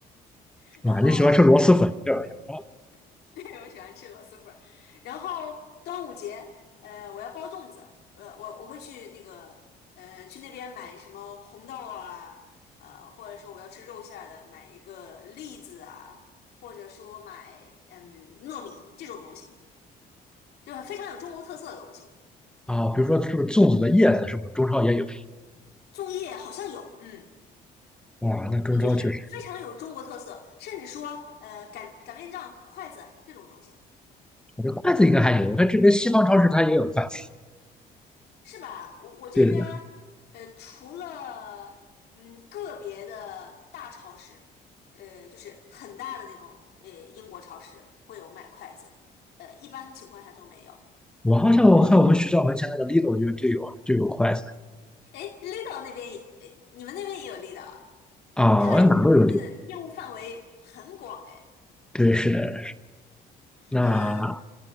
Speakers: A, on the left (about 75°); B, in the centre.
A: <laughs>
B: 啊，
A: 然后
B: 你喜欢吃螺蛳粉这玩意儿
A: <laughs> 对，我喜欢吃螺蛳粉儿。然后端午节，呃，我要包粽子，我我我会去那个，呃，去那边买什么红豆啊，呃，或者说我要吃肉馅儿的，买一个栗子啊，或者说买嗯糯米这种东西，就是非常有中国特色的东西。
B: 啊？啊比如说是不是粽子的叶子，是不是中超也有？
A: 粽叶好像有，嗯，
B: 哇，那中超确实，
A: 也就是非常有中国特色，甚至说呃擀擀面杖、筷子这种东西。
B: 我这筷子应该还有，我看这边西方超市它也有筷子。
A: 是吧？我我这边儿，
B: 对的，
A: 呃，除了嗯个别的大超市，呃，就是很大的那种，呃，英国超市会有卖筷子，呃，一般情况下都没有。
B: 我好像我看我们学校门前那个 Lidl 就就有就有筷子
A: 哎，Lidl 那边也，呃你们那边也有 Lidl 啊？
B: 啊，
A: 看来
B: 我哪都有
A: Lidl
B: Lidl。
A: 的业务范围很广哎。
B: 对，是的。那
A: 嗯，